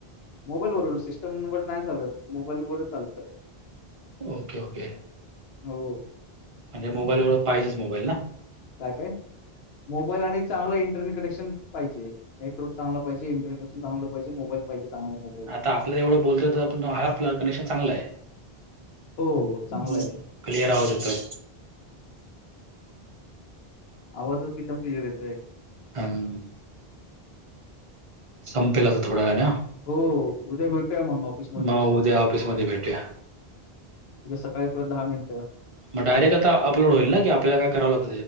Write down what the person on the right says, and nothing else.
Okay okay.
म्हणजे मोबाईल व पाहिजेच मोबाईल ना
आता आपलं एवढं बोलत आपण आपला कनेक्शन चांगलाय.
हम्म
क्लियर आवज येतोय.
हम ह. संपेल आता थोडा वेळान.
म उद्या ऑफिस मधे भेटूया.
मग डायरेक्ट आता अपलोड होईल ना कि आपल्याला काय करावं लागत?